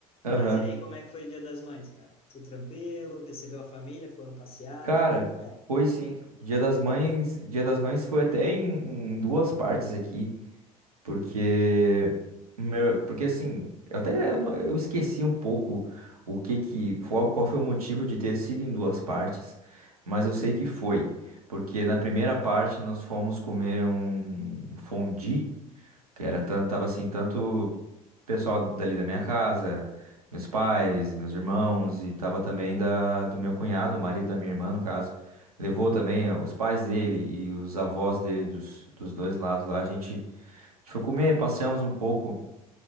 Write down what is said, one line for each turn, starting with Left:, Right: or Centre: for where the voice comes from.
Right: Aham.
Left: Mas e aí, como é que foi o Dia das Mães, cara? Tudo tranquilo? Recebeu a família? Foram passear?
Right: Cara,
Left: Que... É.
Right: foi sim. O Dia das Mães, Dia das Mães foi até em, em duas partes aqui, porque meu- porque assim, eu até eu, não- eu esqueci um pouco o que que qual, qual foi o motivo de ter sido em duas partes, mas
Left: Uhum,
Right: eu sei que foi, porque na primeira parte nós fomos comer um fondue Que era tanto, tava assim, tanto pessoal dali da minha casa, meus pais, meus irmãos, e tava também da, do meu cunhado, o marido da minha irmã, no caso.
Left: uhum,
Right: Levou também eh, os pais dele e os avós dele dos, dos dois lados lá. A gente, a gente foi comer, passeamos um pouco